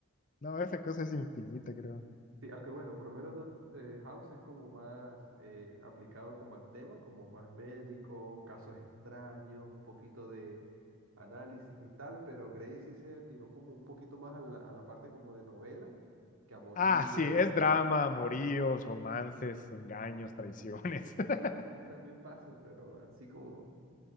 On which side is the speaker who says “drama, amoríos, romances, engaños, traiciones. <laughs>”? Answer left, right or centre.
Left